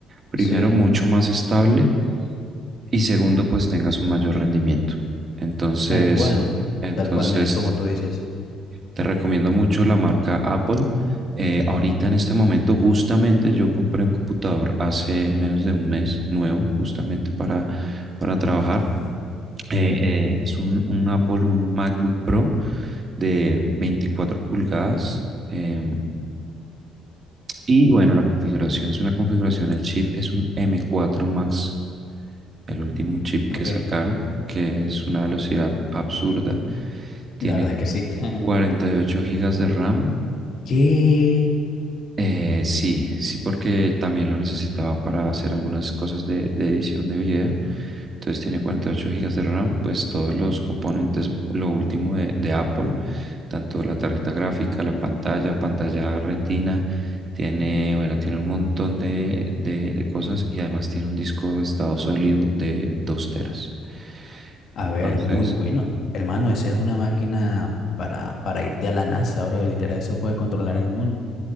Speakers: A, on the right; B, on the left.
A: primero,
B: sí.
A: mucho más estable y segundo, pues tengas un mayor rendimiento. Entonces,
B: Tal cual,
A: entonces
B: tal cual, men, es como tú dices.
A: te recomiendo mucho la marca Apple. Eh, ahorita en este momento, justamente yo compré un computador hace menos de un mes nuevo, justamente para, para trabajar eh, eh, es un, un Apple, un MacBook Pro de 24 pulgadas. em, y bueno, la configuración es una configuración, el chip es un m cuatro Max, el último chip que
B: Ok,
A: sacaron, que es una velocidad absurda. Tiene
B: la verdad es que sí. <laughs>
A: 48 gigas de RAM
B: Que,
A: Eh, sí, sí, porque también lo necesitaba para hacer algunas cosas de, de edición de video. Entonces tiene 48 gigas de RAM, pues todos los componentes, lo último de, de Apple, tanto la tarjeta gráfica, la pantalla, pantalla retina, tiene, bueno, tiene un montón de, de- de cosas y además tiene un disco de estado sólido de 2 teras.
B: a
A: Entonces,
B: ver, muy bueno. Hermano, esa es una máquina para, para irte a la NASA, bro. Literal, eso puede controlar el mundo.